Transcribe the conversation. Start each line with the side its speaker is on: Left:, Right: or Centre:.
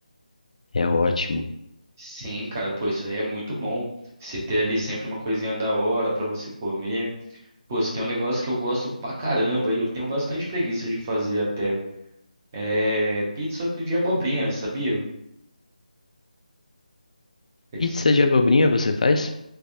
Left: É ótimo.
Right: Sim, cara, pô, isso aí é muito bom. Você ter ali sempre uma coisinha da hora pra você comer. Pô, se tem um negócio que eu gosto pra caramba e eu tenho bastante preguiça de fazer até. É pizza de abobrinha, sabia? É
Left: Pizza
Right: que se-
Left: de abobrinha você faz?